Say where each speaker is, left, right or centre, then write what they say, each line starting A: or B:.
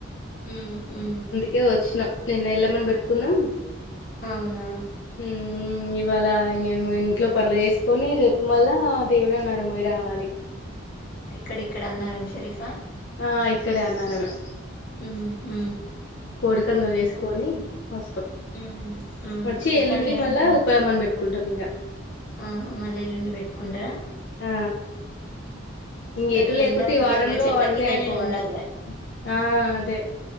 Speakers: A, on the left; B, on the left.
A: హుహు.
B: అందుకే వచ్చినం నిన్న ఎళ్ళామ్మను పెట్టుకున్నాం
A: ఆ! అవునా!
B: హుమ్ ఇవాళ ఇంగ్ ఇంట్లో పనులు చేసుకొని రేపు మళ్ళ దేవుడన్నరం పోయి రావాలి
A: ఎక్కడ ఇక్కడ అన్నారం షరీఫా
B: ఆ ఇక్కడే అన్నారమే
A: హుహు.
B: కోడికందుర్
A: ఇంకా
B: చేసుకొని వస్తాం
A: ఉహు ఉహు
B: వచ్చి ఎల్లుండి
A: కానీ
B: మళ్ళా ఉప్పలమ్మను పెట్టుకుంటాం ఇంగ
A: ఆహా మళ్ళ ఎల్లుండి పెట్టుకుంటారా
B: ఆ ఇంగ
A: కానీ
B: ఎటు లేకుంటే
A: ఎండలున్నాయి
B: ఈ వారంలో
A: గా చెట్ల
B: అన్నీ
A: కిందనే
B: అయిపోవాలని
A: ఉండాలే
B: ఆ
A: మ్
B: అదే